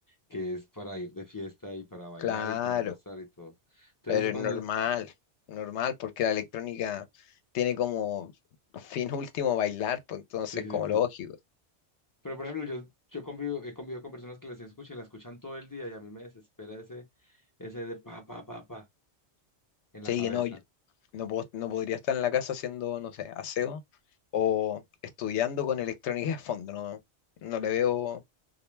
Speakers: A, on the left (about 20°); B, on the left (about 75°).
A: que es para ir de fiesta y para bailar
B: Claro,
A: y para gozar y todo. Entonces,
B: pero es
A: cuando...
B: normal,
A: es-
B: normal, porque la electrónica tiene como fin <laughs> último bailar, pues entonces
A: Sí, sí,
B: como
A: sí.
B: lógico.
A: Pero por ejemplo, yo, yo convivo, he convivido con personas que las escuchan y las escuchan todo el día y a mí me desespera ese, ese de pa, pa, pa, pa en la
B: Sí,
A: cabeza.
B: que no, yo no puedo- no podría estar en la casa haciendo, no sé, aseo o estudiando con electrónica de fondo, no, no le veo